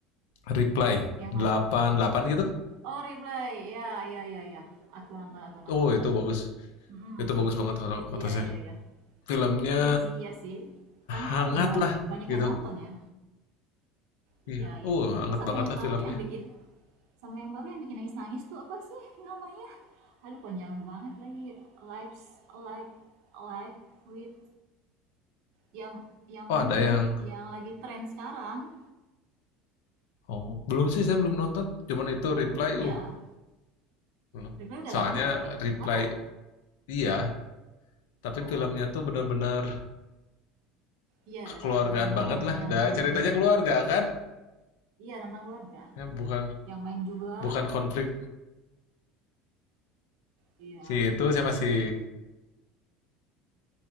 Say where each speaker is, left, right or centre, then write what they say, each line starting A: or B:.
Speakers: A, on the left; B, on the right.
A: Reply
B: Yang
A: delapan
B: mana?
A: delapan gitu.
B: Oh, Replay. Iya, iya, iya, iya. Aku nonton, aku nonton.
A: Oh, itu bagus.
B: Hmm.
A: Itu bagus banget kalau
B: Iya,
A: kata saya.
B: iya, iya.
A: Filmnya
B: Iya sih, iya sih. Kan memang
A: hangat
B: udah
A: lah
B: banyak
A: gitu.
B: yang nonton ya. Iya
A: Iya. Oh,
B: ya.
A: hangat
B: Ini sama
A: banget
B: yang
A: lah
B: baru
A: filmnya.
B: yang bikin sama yang baru yang bikin nangis-nangis tuh apa sih namanya? Aduh panjang banget lagi. Lives live live with yang yang
A: Oh, ada
B: ini
A: yang
B: yang lagi tren sekarang.
A: Oh, belum sih saya belum nonton. Cuman itu
B: Oh
A: Reply,
B: belum ya.
A: uh, belum.
B: Review
A: Soalnya
B: udah lama itu.
A: Reply
B: Lama ya?
A: iya, tapi
B: Nah,
A: filmnya tuh benar-benar
B: iya
A: kekeluargaan
B: dari alurnya
A: banget lah
B: yang
A: nah,
B: main.
A: ceritanya keluarga kan
B: Iya tentang keluarga.
A: ya, bukan
B: Yang main juga.
A: bukan konflik
B: Iya
A: si
B: betul
A: itu siapa
B: betul.
A: sih